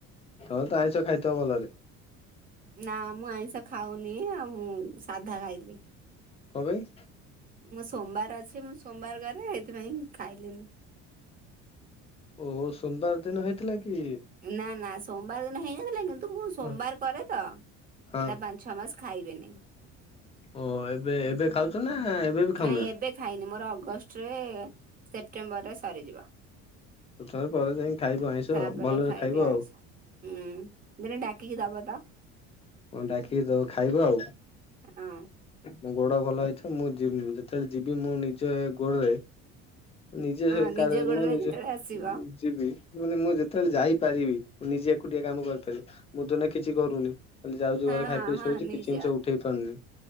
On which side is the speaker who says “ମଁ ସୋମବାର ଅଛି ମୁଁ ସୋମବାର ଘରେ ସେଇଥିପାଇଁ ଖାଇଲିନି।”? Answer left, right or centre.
Right